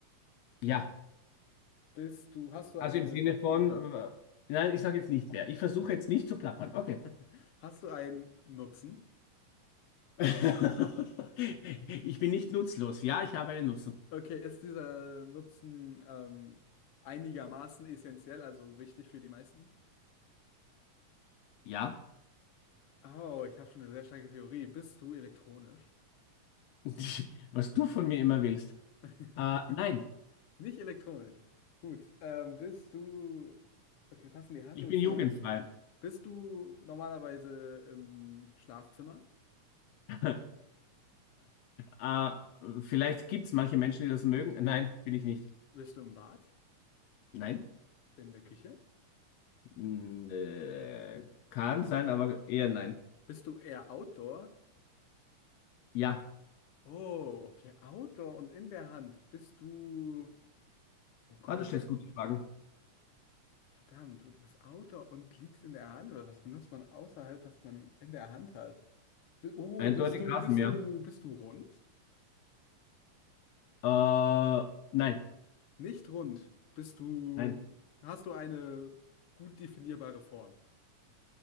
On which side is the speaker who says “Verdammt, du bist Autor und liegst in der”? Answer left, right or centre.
Left